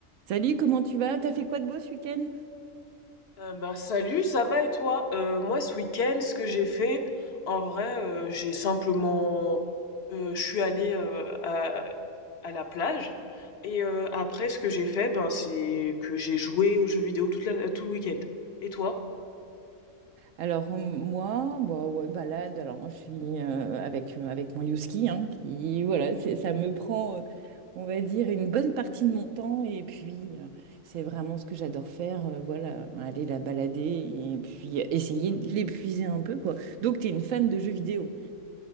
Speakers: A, on the right; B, on the left.
A: Salut, comment tu vas? T'as fait quoi de beau ce week-end?
B: Euh, bah salut, ça va et toi? Euh, moi ce week-end, ce que j'ai fait, en vrai, euh, j'ai simplement, euh, je suis allée euh, à, à la plage et euh, après ce que j'ai fait, ben c'est que j'ai joué aux jeux vidéo toute la, tout le week-end. Et toi?
A: Alors euh, moi, bah ouais, balade. Alors moi, je suis euh, avec euh, avec mon Youski, hein, qui voilà, c'est- ça me prend, euh, on va dire, une bonne partie de mon temps. Et puis, euh, c'est vraiment ce que j'adore faire. euh, voilà, aller la balader et puis euh, essayer de l'épuiser un peu, quoi. Donc, t'es une fan de jeux vidéo?